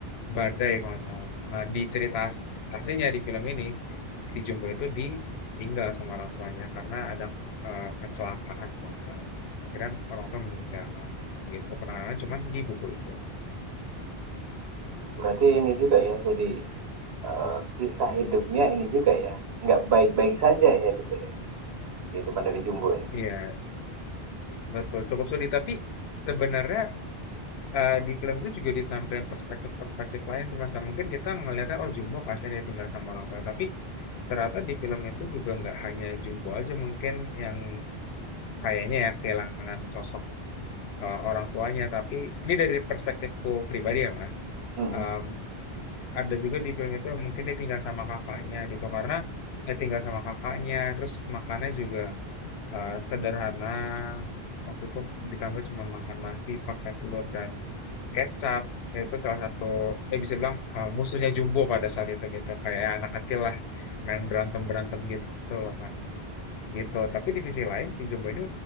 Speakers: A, on the left (about 85°); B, on the right (about 85°).
A: badai kalau nggak salah. Nah di cerita as- aslinya di film ini si Jumbo itu ditinggal sama orang tuanya karena ada eh, kecelakaan kalau nggak salah. Jadi kan orang tua meninggal gitu kenangan cuman di buku itu.
B: berarti ini juga ya jadi eh, kisah hidupnya ini juga ya nggak baik-baik saja ya gitu ya kehidupan dari Jumbo ini
A: Iya betul cukup sulit tapi sebenarnya Eee, di film itu juga ditampilkan perspektif-perspektif lain sih, Mas, ya mungkin kita ngelihatnya, "Oh, Jumbo kasihan ya tinggal sama orang tua," tapi ternyata di film itu juga nggak hanya Jumbo aja mungkin yang kayaknya ya kehilangan sosok, eee, orang tuanya, tapi ini dari perspektifku pribadi ya, Mas,
B: Mm-mm.
A: mmm, ada juga di film itu yang mungkin dia tinggal sama kakaknya gitu karena ya tinggal sama kakaknya, terus makannya juga, eee, sederhana, waktu itu ditambah cuma makan nasi pakai telur dan kecap. Ya, Itu salah satu, eh bisa bilang uh, musuhnya Jumbo pada saat itu gitu. Kayak ya, anak kecil lah, main berantem-berantem gitu loh mas. Gitu. Tapi di sisi lain si Jumbo ini